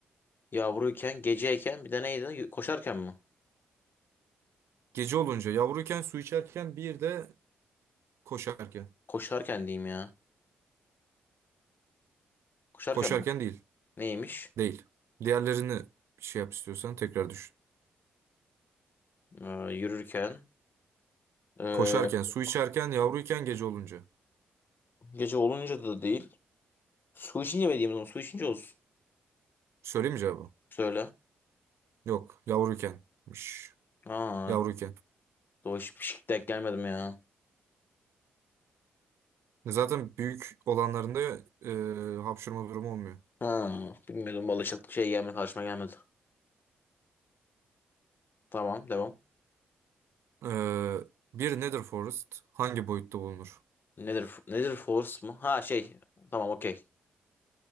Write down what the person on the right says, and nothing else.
Gece olunca, yavruyken, su içerken bir de koşarken.
Koşarken
değil.
Değil. Diğerlerini şey yap istiyorsan tekrar düşün.
Koşarken, su içerken,
yavruyken, gece olunca.
Söyleyeyim mi cevabı?
Yok. Yavruykenmiş.
Yavruyken.
Zaten büyük olanlarında e, hapşırma durumu olmuyor.
Ee, bir Nether Forest hangi boyutta bulunur?